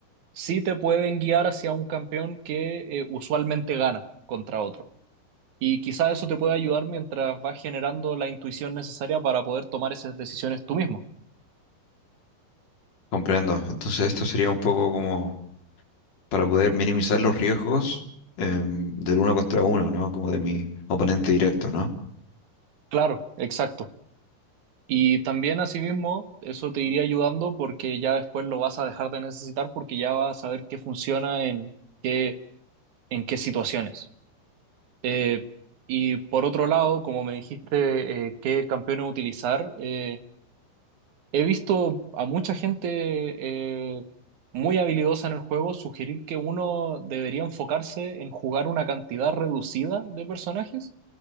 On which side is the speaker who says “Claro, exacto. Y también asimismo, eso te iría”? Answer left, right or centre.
Right